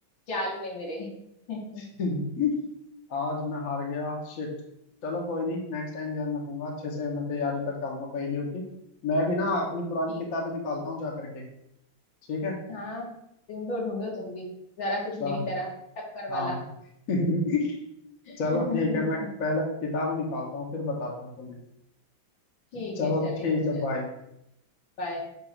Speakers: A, on the left (about 70°); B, on the left (about 45°).
A: जाल में मेरे <laughs>
B: <laughs> आज मैं हार गया शिट चलो कोई नहीं नेक्स्ट टाइम ध्यान रखूंगा अच्छे से मैं तैयारी करके आऊंगा पहेलियों की मैं भी ना अपनी पुरानी
A: ठीक
B: किताबें
A: है
B: निकालता हूँ जा करके ठीक है
A: हाँ ढूंढो ढूंढो तुम भी जरा कुछ
B: चा-
A: मेरी तरह टक्कर वाला
B: हाँ <laughs>
A: <laughs>
B: चलो
A: ठीक
B: ठीक है मैं पहले किताब निकालता हूँ फिर बताता हूँ तुम्हें
A: है
B: चलो
A: चलेगा
B: ठीक
A: चलो
B: है बाय
A: बाय